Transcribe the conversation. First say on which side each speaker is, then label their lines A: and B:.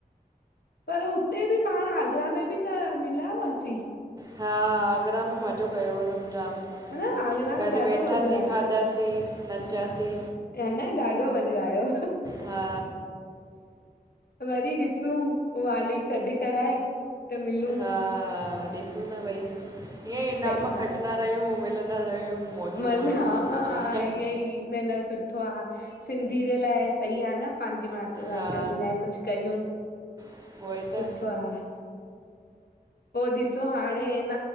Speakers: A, on the left; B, on the right.
A: पर उत् हुते बी पाण, आगरा में बि त मिलिया हुआसीं।
B: हा, आगरा में मज़ो कयो हो हुननि जाम।
A: ह न आगरा में
B: ॻॾु
A: ॾाढो
B: वेठासीं,
A: मज़ो आयो
B: खाधासीं, नचासीं।
A: ह न ॾाढो मज़ो आयो
B: हा।
A: वरी ॾिसूं मालिक सॾु कराए। त मिलूं
B: हा, ॾिसूं न भई, ईअं ई
A: सही
B: इनाम खटंदा रहियूं मिलंदा रहियूं। मौजू
A: मलहा,
B: माण्हू ॿियो छा
A: ईअं ई, न न सुठ वाह! सिंधी जे लाइ सही आ न पांजि त्र भाषा
B: हा
A: जे लाए कुछ कयूं
B: उहो ई त
A: सुठो आ। पो ॾिसो हाणे अ न